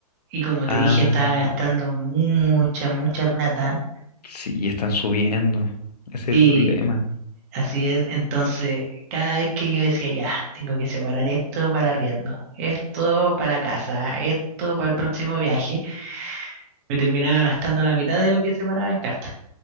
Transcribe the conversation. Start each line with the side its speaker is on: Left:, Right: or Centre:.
Right: Y como
Left: Ah,
Right: te dije, estaba gastando mucha, mucha plata.
Left: sí, están subiendo. Ese
Right: Sí,
Left: es el problema.
Right: así es. Entonces, cada vez que yo decía, ya, tengo que separar esto para arriendo, esto para la casa, esto para el próximo viaje. me terminaba gastando la mitad de lo que separaba en cartas.